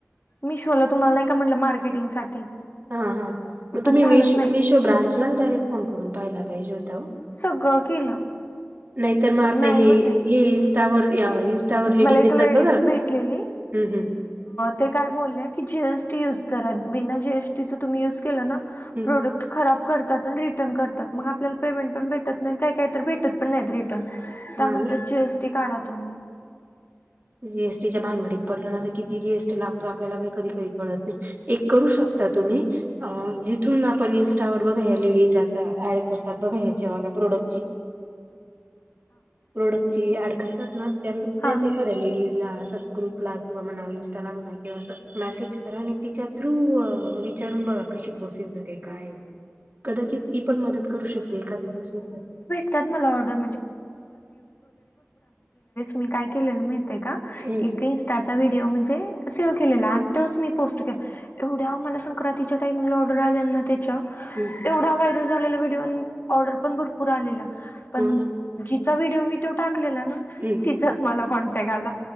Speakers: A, on the left; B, on the right.
A: मिशोला तुम्हाला नाही का म्हटलं मार्केटिंग साठी
B: हा हां मग
A: पण
B: तुम्ही
A: झालंच
B: मीशो
A: नाही
B: मिशो ब्रांचलाच डायरेक्ट फोन करून पाहायला पाहिजे होता ओ
A: सगळं केलं
B: नाहीतर मग आता
A: नाही
B: हे
A: होतय
B: हे इनस्टावर या इ स्टारवर लेडीज
A: मला एक
B: येतात बघा
A: भेटलेली
B: ह ह्
A: ते काय बोलल्या की जीएसटी युज करा बिना जीएसटीच तुम्ही युज केला ना
B: हं.
A: प्रोडक्ट खराब करतात आणि रिटर्न करतात मग आपल्याला पेमेंट पण भेटत नाही काय काही तर भेटत पण नाहीत रिटर्न त्यानंतर
B: हां ना.
A: जीएसटी काढा तुम्ही
B: जीएसटीच्या भानगडीत पडलं ना तर किती जीएसटी लागतो आपल्याला काही कधी करी कळत नाही एक करू शकता तुम्ही अ जिथून आपण इनस्टावर बघा या्या लेडी जात ऍड करतात बघा ह्याच्या्हा प्रोडक्टची
A: <inaudible>
B: प्रोडक्टची ऍड करतात ना त्या त्याच
A: हां, हां.
B: लेज ग्रुपला किं इटाला म करा तिच्या थ्रू विचारून बघा कशी प्रोससर आहे काय कदाचित ती पण मदत करू शकते एखादी दिवसल
A: ला ण भ <inaudible> माय का
B: हम्म
A: इनस्टाचा व्हिडिओ म्हणजे सेव्ह केलेला आणि तोच मी पोस्ट के एवढ्या मला संक्रांतीच्या टाइमिंगला ऑर्डर आलेला ना त्याच्या
B: ह
A: एवढा व्हायरल झालेला व्हिडिओ ऑर्डर पण भरपूर आलेला पण
B: हो ना
A: ज विडिओ टाकलेला ना
B: हम्म
A: त्याचाच मला कॉन्टॅक्ट आला